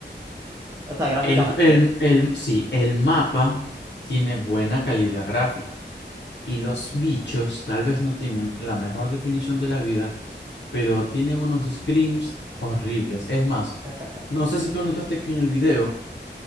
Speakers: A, on the right; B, on the left.
A: O sea, gráficamente.
B: El, el, el, sí, el mapa tiene buena calidad gráfica y los bichos tal vez no tengan la mejor definición de la vida, pero tienen unos screams horribles. Es más,
A: <laughs>
B: no sé si tú notaste que en el video